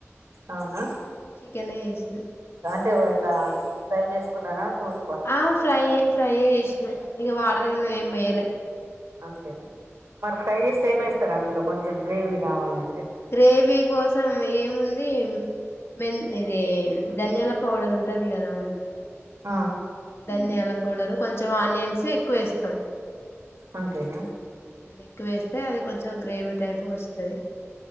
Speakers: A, on the right; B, on the left.
A: అవునా
B: చికెనే వేసిన
A: తే ఇట్లా ఫ్రై చేసుకున్నారా సూప్
B: ఆ ఫ్రై ఏ ఫ్రై యే చేసిన ఇగ వాటర ఏం పోయ్యలే
A: అంతేనా మరి ఫ్రై చేస్తే ఏమేస్తారు అందులో కొంచెం గ్రేవీ రావాలం
B: గ్రేవీ కోసం ఏం ముంది మె ఇది ధనియాల పౌడర్ ఉంటది కదా మేడం
A: ఆ
B: ధనియాల పౌడరు కొంచెం ఆనియన్స్ ఎక్కువ యేస్తాం
A: అంతేనా
B: ఎక్కువేస్తే అది కొంచెం గ్రేవీ టైపు వస్తది